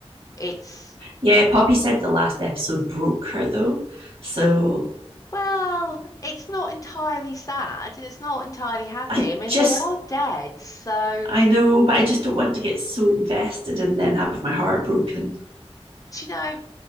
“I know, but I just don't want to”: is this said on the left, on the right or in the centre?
Right